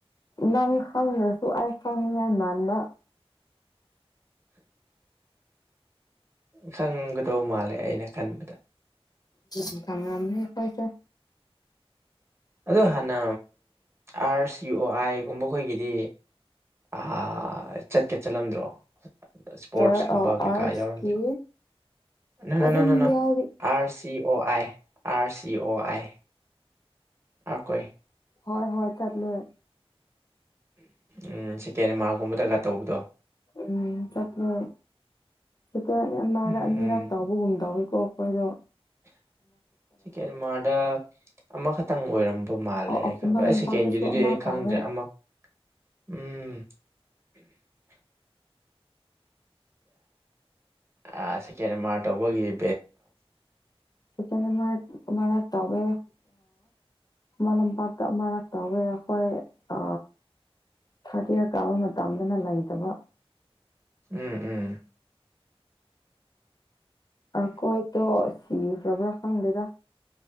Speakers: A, on the left; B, on the right.
A: ꯅꯪ ꯈꯪꯗ꯭ꯔꯁꯨ ꯑꯩ ꯈꯪꯅꯤꯉꯥꯏ ꯃꯥꯟꯕ
B: ꯈꯪꯒꯗꯧ ꯃꯥꯜꯂꯦ ꯑꯩꯅ ꯈꯟꯕꯗ
A: ꯎ ꯊꯃꯦꯈꯣꯏꯁ
B: ꯑꯗ ꯍꯥꯟꯅ ꯑꯥꯔ ꯁꯤ ꯌꯨ ꯑꯣ ꯑꯥꯏꯒꯨꯝꯕꯈꯣꯏꯒꯤꯗꯤ ꯑꯥ ꯆꯠꯀꯦ ꯆꯠꯂꯝꯗ꯭ꯔꯣ꯫ ꯁ꯭ꯄꯣꯔꯠꯁ
A: ꯆꯔ
B: ꯀꯨꯝꯕ
A: ꯑꯣ
B: ꯀꯩꯀꯥ
A: ꯑꯥꯔꯠꯁꯀꯤ
B: ꯌꯥꯎꯔꯝꯗ꯭ꯔꯥ ꯅ ꯅ
A: ꯑꯗꯨꯝ ꯌꯥꯎꯔꯤ
B: ꯑꯥꯔꯠꯁ꯫ ꯁꯤ ꯑꯣ ꯑꯥꯏ ꯑꯥꯔ ꯁꯤ ꯑꯣ ꯑꯥꯏ꯫ ꯑꯈꯣꯏ꯫
A: ꯍꯣꯏ ꯍꯣꯏ ꯆꯠꯂ
B: ꯎꯝ ꯁꯦꯀꯦꯟ ꯃꯥꯔꯛꯀꯨꯝꯕꯗꯒ ꯇꯧꯕꯗꯣ
A: ꯎꯝ ꯆꯥꯠꯇ ꯆꯠꯇꯨꯔꯗ
B: ꯎꯝ
A: ꯑꯅꯤ ꯍꯔꯥꯛ ꯇꯥꯎꯕꯒꯨꯝ ꯇꯧꯏꯤꯀꯣ ꯑꯩꯈꯣꯏꯅ
B: ꯀꯦꯟꯃꯥꯔꯗ ꯑꯃꯈꯛꯇꯪ ꯑꯣꯏꯔꯝꯕ ꯃꯥꯜꯂꯦ
A: ꯑꯣ ꯑꯣ
B: ꯑꯩ
A: ꯈꯨꯃꯟ
B: ꯈꯪꯕ ꯑꯩ
A: ꯂꯝꯄꯥꯛꯇꯁꯨ
B: ꯁꯦꯀꯦꯟꯒꯤꯗꯨꯗꯤ
A: ꯑꯃ
B: ꯑꯩ ꯈꯪꯗ꯭ꯔꯦ
A: ꯇꯧꯋꯦ
B: ꯑꯃꯛ ꯎꯝ ꯑ ꯁꯦꯀꯦꯟ ꯃꯥꯔꯠꯕꯒꯤ ꯦ
A: ꯁꯤꯇꯦ ꯃꯥꯔ ꯇꯃꯦ ꯑ ꯂꯝꯄꯥꯛꯇ ꯃꯔꯛ ꯇꯧꯋꯦ ꯑꯩꯈꯣꯏ ꯑ ꯊꯥꯔꯠ ꯏꯌꯥꯔ ꯀꯥꯕ ꯃꯇꯝꯗꯅ ꯂꯩꯇꯕ
B: ꯎꯝ ꯎꯝ
A: ꯑꯈꯣꯏ ꯇꯣ ꯁꯤ ꯐ꯭ꯔꯕ꯭ꯔ ꯈꯪꯗꯗ